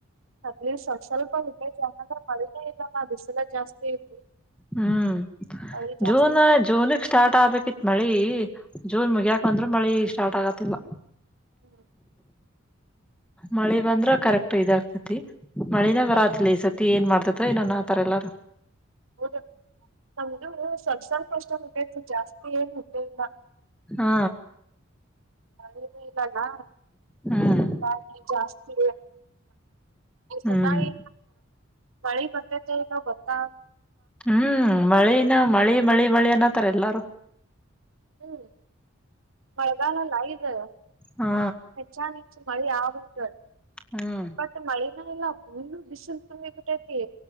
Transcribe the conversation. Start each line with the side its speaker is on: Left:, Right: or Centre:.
Right: ತಲೀಫ್ ಸ್ವಲ್ಪ ಹಟೈು ಯಾಕಂದ್ರೆ ಮಳಿನೇ ಇಲ್ಲ ನ ದದುಸಲ ಜಾಸ್ತಿ ಐತಿ
Centre: ಹ್ಮ್
Right: ಮಳಿ ಜಾಸ್ತಿನ
Centre: ಜೂನ್
Right: ಇಲ್ಲ
Centre: ಜೂನ್ಕ್ ಸ್ಟಾರ್ಟ್ ಆಗ್ಬೇಕಿತ್ ಮಳಿ ಜೂನ್ ಮು್ಯಾಾಕ ಬಂದ್ರು ಮಳಿ ಇಷ್ಟ ಸ್ಟಾರ್ಟ್ ಆಗತಿಲ್ಲ
Right: ಹ್ಮ್
Centre: ಮಳೆ ಬಂದ್ರ ಕರೆಕ್ಟ್ ಇದಾಗ್ತತಿ ಮಳಿನ ಬರಾತ್ಲಿ ಸತಿ ಏನ್ ಮಾಡ್ತತ ಇನೊನ್ ಆತಾರ ಎಲ್ಲಾರ
Right: ಹೌದು ನಮ್ದು ಸಸ ಕೋಷ್ಟ ಮುಟ ಇತ್ತು ಜಾಸ್ತಿ ಏನ್ ಮುಟ್ಟೆ ಇಲ್ಲ
Centre: ಹಾ
Right: ನ ಇಲ್ಲಲ್ಲ
Centre: ಹ್ಮ್
Right: ಹಾಗ ಜಾಸ್ತಿ ಈಸಾಯಿ
Centre: ಹ್ಮ್
Right: ಮಳಿ ಬರ್ತೈತೆ ಇಲ್ಲೋ ಬತ್ತಾ
Centre: ಹ್ಮ್ ಮಳಿನ ಮಳಿ ಮಳಿ ಮಳಿ ಅನ್ನತಾರೆ ಎಲ್ಲಾರು
Right: ಹ್ಮ್ ಮಳೆಗಾಲಲ್ಲಐದೆ
Centre: ಹಾ
Right: ಹೆೆಚ್ಚಾನ ಹೆಚ್ಚು ಮಳೆ ಆಗುದು
Centre: ಹ್ಮ್
Right: ಬಟ್ ಮಳೆ ನ ಇಲ್ಲ ಅಪ್ಪ ನಿಶುಲ್ಕೇ ಪಟತಿ